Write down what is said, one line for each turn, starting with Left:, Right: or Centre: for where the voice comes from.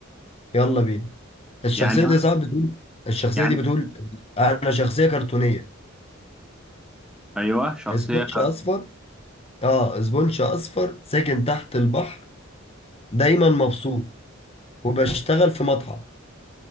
Left: يلا بينا الشخصية
Centre: يعني
Left: دي يا صاحبي بتقول الشخصية
Centre: يعني
Left: دي بتقول انا شخصية كرتونية
Centre: أيوه شخصية
Left: سبونج اصفر اه زبونش اصفر ساكن تحت البحر دايما مبسوط وبشتغل في مطعم